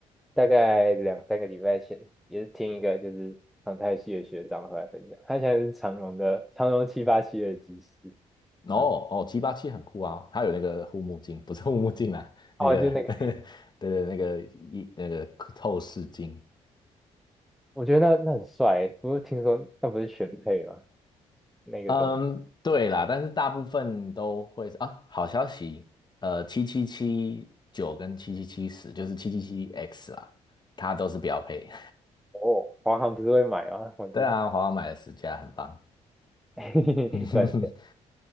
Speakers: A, in the centre; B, on the left.
A: 大概两三个礼拜前也是听一个就是航太系的学长回来分享，他现在是长荣的长荣七八七的机师
B: 哦哦，
A: 啊，
B: 七八七很酷啊，它有那个护目镜，不是护目镜啊，那个
A: 哦，就那个
B: <laughs> 对对，那个一那个透视镜。
A: 我觉得那那很帅欸不过听说那不是选配吗？那个东西
B: 嗯，对啦，但是大部分都会是啊。好消息，呃，七七七九跟七七七十就是七七七 X 啦，它都是标配。
A: 哦，华航不是会买吗？
B: <laughs>
A: 我觉
B: 对啊，华为买了十家，很棒。
A: 得
B: <laughs>
A: <laughs> 转